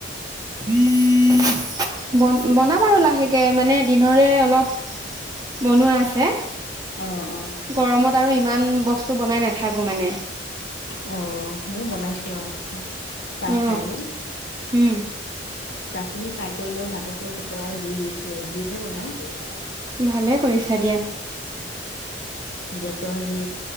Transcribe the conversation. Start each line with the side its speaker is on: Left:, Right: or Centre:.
Right: ন বনাম আৰু লাহেকে মানে দিনৰে অলপ বনোৱা আছে
Left: অ', অ'।
Right: গৰমত আৰু ইমান বস্তু বস্তু বনাই নাথাকোঁ মানে
Left: হয় <unintelligible> অ মই বনাইছো আৰু, চাহ
Right: অ
Left: খাই লৈ
Right: উম
Left: চাহ খিনি খাই কৰি লৈ ভাতৰ চৰুত একেবাৰে জুই দিছোে জুইতহে বনাও
Right: ভালে কৰিছা দিয়া
Left: গেছৰ যি